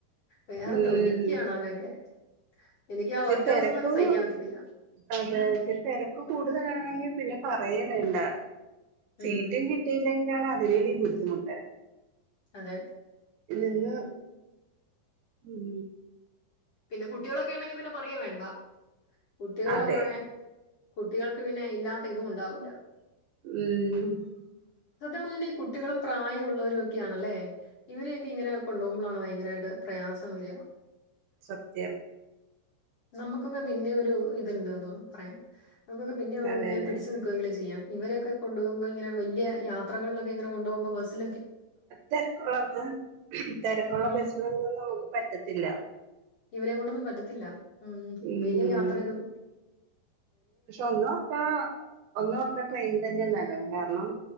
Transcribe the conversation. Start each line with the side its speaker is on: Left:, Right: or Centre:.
Left: വേർതൊലിക്കാണ്
Right: ഉം
Left: അവരൊക്കെ എനിക്ക് ആ
Right: ഇച്ചിരി
Left: ഒറ്റ
Right: തിരക്ക്
Left: ദിവസം തന്നെ സഹിക്കാൻ പറ്റുന്നില്ല
Right: അതെ ഇച്ചരി തിരക്ക് കൂടുതലാണെങ്കിൽ പിന്നെ പറയേ വേണ്ട സീറ്റും
Left: ഉം
Right: കിട്ടിയില്ലെങ്കില അത് വലിയും ബുദ്ധിമുട്ട്
Left: അതെ
Right: നിന്ന് മ്
Left: പിന്നെ കുട്ടികളൊക്കെ ണ്ടെങ്കി പിന്നെ പറയേം വേണ്ട കുട്ടികൾടെ
Right: അതെ
Left: പുറകെ കുട്ടികൾക്ക് പിന്നെ ഇല്ലാത്ത ഇതും ണ്ടാവൂല്ല
Right: മ്
Left: സത്യം പറഞ്ഞാലീ ഈ കുട്ടികളും പ്രായമുള്ളവരും ഒക്കെയാണല്ലേ ഇവരെയൊക്കെ ഇങ്ങനെ കൊണ്ട് പോകുമ്പളാണ് ഭയങ്കരായിട്ട് പ്രയാസം വരാ
Right: സത്ത്യം.
Left: നമ്മക്കൊക്കെ പിന്നെ ഒരു ഇത്ണ്ടോ പറയാം നമ്മക്കൊക്കെ പിന്നെ
Right: അതെ
Left: ങ്ങനെ
Right: അതെ
Left: പിടിച്ച് നിക്കോങ്കിലും ചെയ്യാം ഇവരെക്കെ കൊണ്ട് പോക്മ്പോ ഇങ്ങനെ വല്ല്യേ യാത്രകളിലെക്കെ ഇങ്ങനെ കൊണ്ട് പോക്മ്പോ ബസ്സി
Right: തെരക്ക്ള്ള ബ തെരക്ക്ള്ള
Left: ആ
Right: ബസ്സിലൊന്നും നമ്മക്ക് പറ്റത്തില്ല.
Left: ഇവരേം കൊണ്ടൊന്നും പറ്റത്തില്ല. മ്
Right: ഉം
Left: വെല്യേ യാത്രേന്നും
Right: പക്ഷെ ഒന്നോർത്താ ഒന്നോർത്താ ട്രെയ്ൻതന്നെ നല്ലത് കാരണം